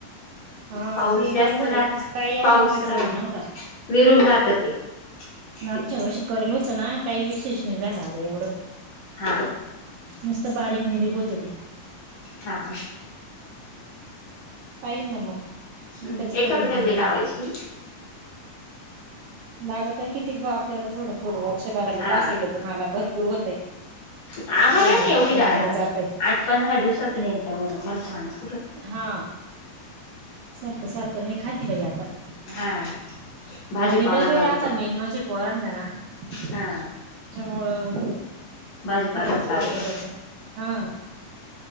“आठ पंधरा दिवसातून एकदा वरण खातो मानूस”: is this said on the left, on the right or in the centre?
Left